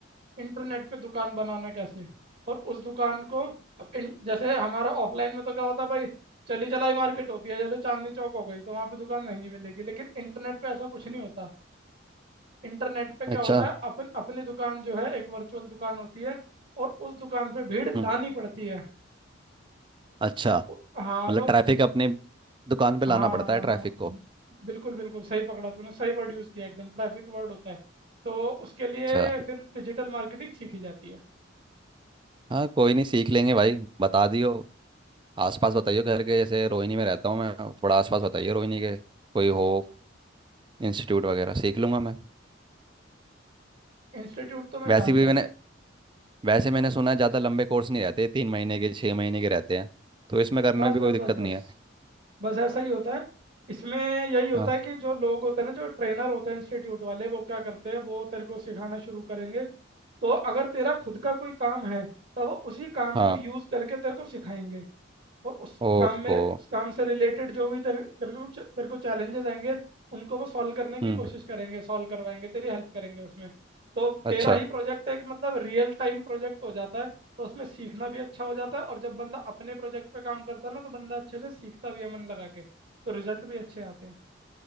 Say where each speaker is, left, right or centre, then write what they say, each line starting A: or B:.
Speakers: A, on the right (about 50°); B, on the right (about 25°).
A: इंटरनेट पे दुकान बनाना कैसे और उस दुकान को अब इन, जैसे हमारा ऑफलाइन में तो क्या होता है भाई चली चलाई मार्केट होती है जैसे चांदनी चौक हो गई तो वहाँ पे दुकान महंगी मिलेगी लेकिन इंटरनेट पे ऐसा कुछ नहीं होता इंटरनेट पे क्या
B: अच्छा
A: होता है अपन अपनी दुकान जो है एक वर्चुअल दुकान होती है और उस दुकान पे भीड़ लानी
B: हम्म
A: पड़ती है
B: अच्छा
A: तो उ- हाँ
B: मतलब
A: तो
B: ट्रैफिक
A: उस
B: अपने दुकान पे लाना
A: हाँ
B: पड़ता है ट्रैफिक
A: हाँ
B: को
A: बिल्कुल बिल्कुल सही पकड़ा तूने सही वर्ड यूज़ किया एकदम ट्रैफिक वर्ड होता है तो उसके लिए
B: अच्छा
A: फिर डिजिटल मार्केटिंग सीखी जाती है
B: हाँ कोई नहीं सीख लेंगे भाई बता दियो आसपास बताइए घर के जैसे रोहिणी में रहता हूँ मैं थोड़ा आसपास बताइए रोहिणी के कोई हो इंस्टीट्यूट वगैरह सीख लूंगा मैं
A: इंस्टीट्यूट तो मैं
B: वैसे
A: जानता
B: भी
A: हूँ
B: मैंने वैसे मैंने सुना है ज़्यादा लंबे कोर्स नहीं रहते तीन महीने के छः महीने के रहते हैं तो इसमें करने
A: बस
B: में भी कोई
A: बस
B: दिक्कत
A: बस बस
B: नहीं है
A: बस ऐसा ही होता है इसमें यही होता
B: हाँ
A: है कि जो लोग होते हैं ना जो ट्रेनर होते हैं इंस्टीट्यूट वाले वो क्या करते हैं वो तेरे को सिखाना शुरू करेंगे तो अगर तेरा खुद का कोई काम है तो वो उसी काम
B: हाँ
A: को यूज करके तेरे को सिखाएंगे और उस
B: ओहो
A: काम में उस काम से रिलेटेड जो भी तेरे तेरे को च- तेरे को चैलेंजेस आएंगे उनको वो सॉल्व करने की
B: हम्म
A: कोशिश करेंगे सॉल्व करवाएंगे तेरी हेल्प करेंगे उसमें तो
B: अच्छा
A: तेरा ही प्रोजेक्ट एक मतलब रियल टाइम प्रोजेक्ट हो जाता है तो उसमें सीखना भी अच्छा हो जाता है और जब बंदा अपने प्रोजेक्ट पे काम करता है ना तो बंदा अच्छे से सीखता भी है मन लगा के तो रिजल्ट भी अच्छे आते हैं